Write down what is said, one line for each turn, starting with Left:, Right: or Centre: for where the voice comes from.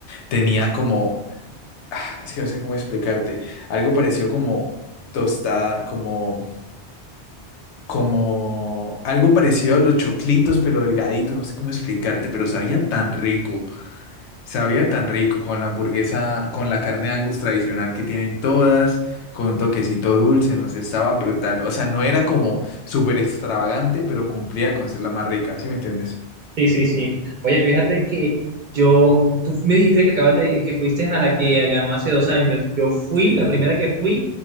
Left: Tenía como, es que no sé cómo explicarte, algo parecido como tostada, como, como, algo parecido a los choclitos, pero delgadito, no sé cómo explicarte, pero sabía tan rico. Sabía tan rico con la hamburguesa, con la carne de Angus tradicional que tienen todas, con un toquecito dulce, no sé, estaba brutal. O sea, no era como súper extravagante, pero cumplía con ser la más rica, ¿sí me entiendes?
Right: Sí, sí, sí. Oye, fíjate que yo, tú me dijiste que acabas de, que fuiste a la que ganó hace dos años. Yo fui,
Left: Sí.
Right: la primera que fui,